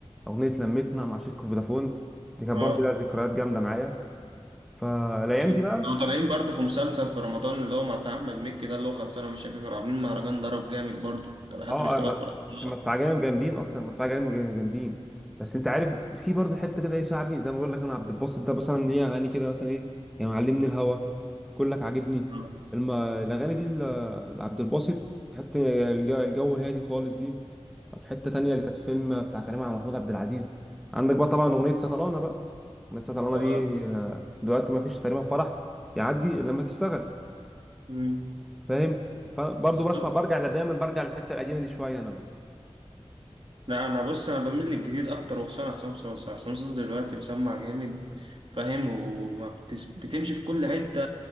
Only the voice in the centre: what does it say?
اغنيه لمتنا مع شركه فودافون دي كانت
برضو لها ذكريات جامده معايا فالايام
دي بقى
اه
الم-
المدفعه جايه جامدين اصلا المدفعه جايه جامدين بس انت عارف في برضه حته كده ايه شعبي زي ما بقول لك انا عبد الباسط ده مثلا ليه اغاني كده مثلا ايه يعني معلمني الهوى كلك عاجبني
الم... الاغاني دي ل- لعبد الباسط حتى الج- الجو هادي خالص دي في حته تانية اللي كانت فيلم بتاع كريم عبد محمود عبد العزيز عندك بقى طبعا اغنيه سطلانه بقى اغنيه سطلانه
دي آه، دلوقتي ما فيش تقريبا فرح يعدي إلا لما تشتغل
فاهم فبرضه
بسمع برجع ل- دايما برجع للحته القديمه دي شويه انا